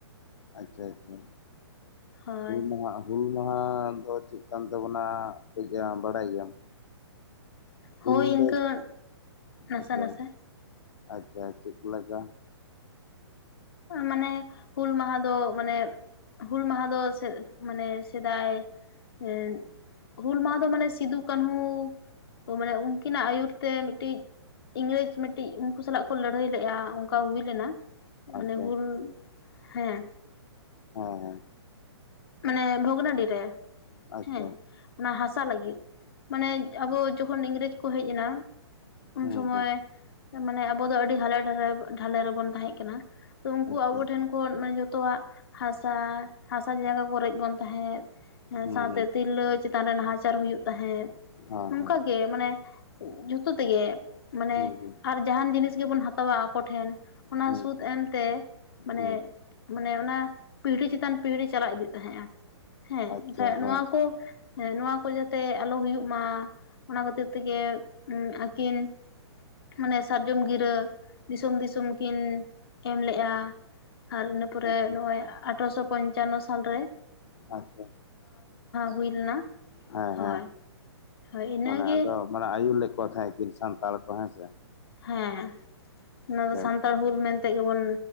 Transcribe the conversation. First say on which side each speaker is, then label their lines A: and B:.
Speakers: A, on the left; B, on the left.
A: ᱟᱪᱪᱷᱟ ᱟᱪᱪᱷᱟ
B: ᱦᱳᱭ
A: ᱾ᱦᱩᱞ ᱢᱟᱦᱟ ᱦᱩᱞ ᱢᱟᱦᱟ ᱫᱚ ᱪᱮᱫ ᱠᱟᱱ ᱛᱟᱵᱚᱱᱟ ᱠᱟᱹᱡ ᱵᱟᱲᱟᱭ ᱜᱮᱭᱟᱢ? ᱦᱩᱞ
B: ᱦᱳᱭ ᱤᱱᱠᱟᱹ
A: ᱫᱚ,
B: ᱱᱟᱥᱮ
A: ᱟᱪᱪᱷᱟ,
B: ᱱᱟᱥᱮ
A: ᱟᱪᱪᱷᱟ, ᱪᱮᱫ ᱞᱮᱠᱟ?
B: ᱢᱟᱱᱮ, ᱦᱩᱞ ᱢᱟᱦᱟ ᱫᱚ ᱢᱟᱱᱮᱼᱼ ᱦᱩᱞ ᱢᱟᱦᱟ ᱫᱚ ᱥᱮ ᱢᱟᱱᱮ ᱥᱮᱫᱟᱭ ᱮᱸ ᱦᱩᱞ ᱢᱟᱦᱟ ᱫᱚ ᱢᱟᱱᱮ ᱥᱤᱫᱩ, ᱠᱟᱹᱱᱦᱩ ᱢᱟᱱᱮ ᱩᱱᱠᱤᱱᱟᱜ ᱟᱹᱭᱩᱨ ᱛᱮ ᱢᱤᱫᱴᱤᱡ ᱤᱝᱨᱮᱡᱽ ᱢᱤᱫᱴᱤᱡ ᱩᱱᱠᱩ ᱥᱟᱞᱟᱜ ᱠᱚ ᱞᱟᱹᱲᱦᱟᱹᱭ ᱞᱮᱜᱼᱟ, ᱚᱱᱠᱟ ᱦᱩᱭ ᱞᱮᱱᱟ᱾ ᱢᱟᱱᱮ
A: ᱟᱪᱪᱷᱟ
B: ᱦᱩᱞ, ᱦᱮᱸ᱾
A: ᱦᱮᱸ ᱦᱮᱸ᱾
B: ᱢᱟᱱᱮ ᱵᱷᱚᱜᱽᱱᱟᱰᱤ ᱨᱮ,
A: ᱟᱪᱪᱷᱟ
B: ᱦᱮᱸ᱾ ᱚᱱᱟ ᱦᱟᱥᱟ ᱞᱟᱹᱜᱤᱫ, ᱢᱟᱱᱮ ᱟᱵᱚ ᱡᱚᱠᱷᱚᱱ ᱤᱝᱨᱮᱡᱽ ᱠᱚ ᱦᱮᱡ ᱮᱱᱟ ᱩᱱ
A: ᱦᱩᱸ
B: ᱥᱚᱢᱚᱭ,
A: ᱦᱩᱸ
B: ᱢᱟᱱᱮ ᱟᱵᱚ ᱫᱚ ᱟᱹᱰᱤ ᱦᱟᱞᱮ ᱰᱷᱟᱞᱮ ᱨᱮᱵᱚᱱ, ᱪᱷᱟᱞᱟᱣ ᱨᱮᱵᱚᱱ ᱛᱟᱦᱮᱸᱜ ᱠᱟᱱᱟ᱾ ᱛᱚ ᱩᱱᱠᱩ
A: ᱟᱪᱪᱷᱟ
B: ᱟᱵᱚ ᱴᱷᱮᱱ ᱠᱷᱚᱱ ᱢᱟᱱᱮ ᱡᱚᱛᱚᱣᱟᱜ, ᱦᱟᱥᱟ ᱦᱟᱥᱟ ᱡᱟᱭᱜᱟ ᱠᱚ ᱨᱮᱡ ᱵᱚᱱ ᱛᱟᱦᱮᱸᱫ,
A: ᱦᱩᱸ
B: ᱥᱟᱶᱛᱮ
A: ᱦᱩᱸ
B: ᱛᱤᱨᱞᱟᱹ ᱪᱮᱛᱟᱱ ᱨᱮ ᱱᱟᱦᱟᱪᱟᱨ ᱦᱩᱭᱩᱜ ᱛᱟᱦᱮᱸᱫ,
A: ᱦᱮᱸ
B: ᱱᱚᱝᱠᱟ
A: ᱦᱮᱸ
B: ᱜᱮ ᱢᱟᱱᱮ, ᱡᱷᱚᱛᱚ ᱛᱮᱜᱮ ᱢᱟᱱᱮ
A: ᱦᱩᱸ ᱦᱩᱸ
B: ᱟᱨ ᱡᱟᱦᱟᱱ ᱡᱤᱱᱤᱥ ᱜᱮᱵᱚᱱ ᱦᱟᱛᱟᱣᱟ ᱟᱠᱚ ᱴᱷᱮᱱ ᱚᱱᱟ
A: ᱦᱩᱸ
B: ᱥᱩᱫ ᱮᱢᱛᱮ, ᱢᱟᱱᱮ
A: ᱦᱩᱸ
B: ᱢᱟᱱᱮ ᱚᱱᱟ ᱯᱤᱲᱦᱤ ᱪᱮᱛᱟᱱ ᱯᱤᱲᱦᱤ ᱪᱟᱞᱟᱜ ᱤᱫᱤᱜ ᱛᱟᱦᱮᱸᱜ-ᱟ᱾ ᱦᱮᱸ,
A: ᱟᱪᱪᱷᱟ
B: ᱮᱱᱠᱷᱟᱱ
A: ᱦᱮᱸ
B: ᱱᱚᱣᱟ ᱠᱚ, ᱦᱮᱸ ᱱᱚᱣᱟ ᱠᱚ ᱡᱟᱛᱮ ᱟᱞᱚ ᱦᱩᱭᱩᱜ ᱢᱟ ᱚᱱᱟ ᱠᱷᱟᱹᱛᱤᱨ ᱛᱮᱜᱮ ᱦᱩᱸ ᱟᱹᱠᱤᱱ ᱦᱟᱱᱮ ᱥᱟᱨᱡᱚᱢ ᱜᱤᱨᱟᱹ ᱫᱤᱥᱚᱢ ᱫᱤᱥᱚᱢ ᱠᱤᱱ ᱮᱢ ᱞᱮᱫᱼᱟ ᱟᱨ ᱤᱱᱟᱹ ᱯᱚᱨᱮ
A: ᱟᱪᱪᱷᱟ
B: ᱱᱚᱜᱼᱚᱭ ᱟᱴᱷᱨᱚᱥᱚ ᱯᱚᱧᱪᱟᱱᱱᱚ ᱥᱟᱞ ᱨᱮ
A: ᱟᱪᱪᱷᱟ
B: ᱦᱩᱭ ᱞᱮᱱᱟ
A: ᱦᱮᱸ
B: ᱦᱳᱭ
A: ᱦᱮᱸ
B: ᱦᱳᱭ ᱤᱱᱟᱹᱜᱮ
A: ᱢᱟᱱᱮ ᱟᱫᱚ ᱢᱟᱱᱮ ᱟᱹᱭᱩᱨ ᱞᱮ ᱠᱚ ᱛᱟᱦᱮᱸᱠᱤᱱ ᱥᱟᱱᱛᱟᱲ ᱠᱚ ᱦᱮᱸ ᱥᱮ ᱾
B: ᱦᱮᱸ ᱱᱚᱣᱟ ᱫᱚ ᱥᱟᱱᱛᱟᱲ
A: ᱟᱪᱪᱷᱟ
B: ᱦᱩᱞ ᱢᱮᱱᱛᱮ ᱜᱮᱵᱚᱱ